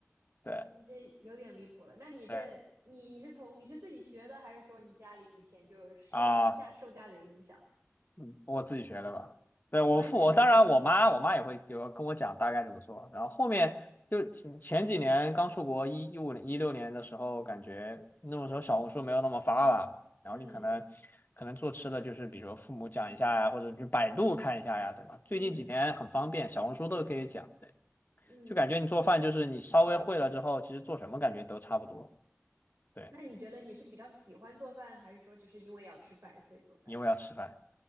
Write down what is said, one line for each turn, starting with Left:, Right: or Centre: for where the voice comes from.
Left: 对
Right: 你这有点离谱了。那你这，
Left: 对
Right: 你你是从你是自己学的，还是说你家里以前就是深下受家里人影响，
Left: 啊，嗯我自己学的吧。对我父我当然我妈我妈也会就跟我讲大概怎么做，
Right: 完全自己学的？
Left: 然后后面就前前几年刚出国一一五年一六年的时候，感觉那个时候小红书没有那么发达嘛，然后你可能
Right: 嗯
Left: 可能做吃的就是比如父母讲一下呀，或者你去百度看一下呀，对吧？最近几年很方便，
Right: 嗯
Left: 小红书都可以讲，对，
Right: 嗯。
Left: 就感觉你做饭就是你稍微会了之后，其实做什么感觉都差不多，对，
Right: 那你觉得你是比较喜欢做饭，还是说就是因为要吃饭所以做饭？
Left: 因为要吃饭。